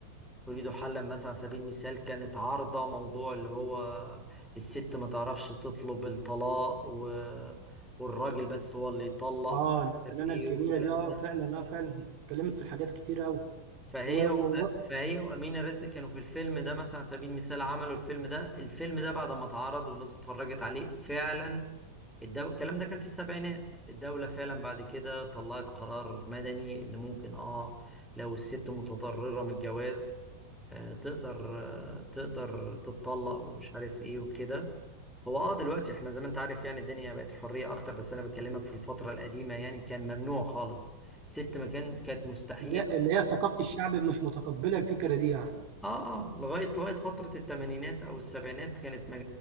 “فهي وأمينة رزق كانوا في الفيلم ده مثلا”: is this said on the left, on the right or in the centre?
Centre